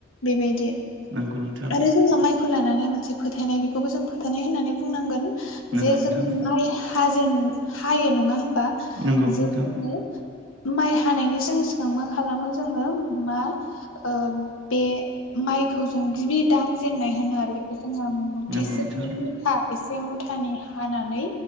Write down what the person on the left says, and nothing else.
बेबायदि
आरो जोंहा माइखौ लानानै मोनसे फोथायनाय बेखौबो जों फोथायनाय होननानै बुंनांगो
जे
जोंङो माइ हाजेन हायो नङा होमबा
जे जोङो माइ हानायनि सिगां सिगां मा खालामो जोङो मा बे माइखौ जों गिबि दांजेननाय होनो आरो बेखौ जो मथिसे
माने मोथा एसे मुथानि हानानै